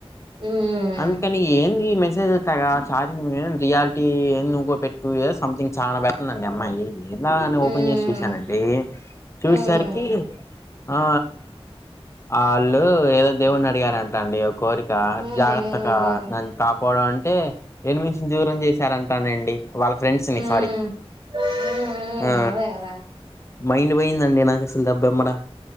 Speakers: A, on the right; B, on the left.
A: ఉమ్
B: అందుకని ఏంది ఇ గ ఛార్జింగ్ రియాలిటీ ఏ నువ్వుో పెట్టు సంథింగ్ చాలా పెతుందిండి ఆ అమ్మాయి ఎలా అని
A: ఉమ్ ఉమ్
B: ఓపెన్ చేసి చూసానండి చూసేసరికి
A: ఉమ్
B: ఆ అళ్ళు ఏదో దేవుని అడిగారంట అండి కోరిక
A: ఉమ్
B: జాగ్రత్తగా
A: ఉమ్
B: నాన్ కాపాడు అంటే ఎనిమీస్ నీ దూరం చేశారంటానండి వాళ్ళ ఫ్రెండ్స్
A: హ్మ్
B: ని సారీ
A: హ్మ్ హ్మ్
B: ఆ
A: అదే కదా
B: మైండ్ పోయిందండి నాకు అసలు దబ్బెమ్మడా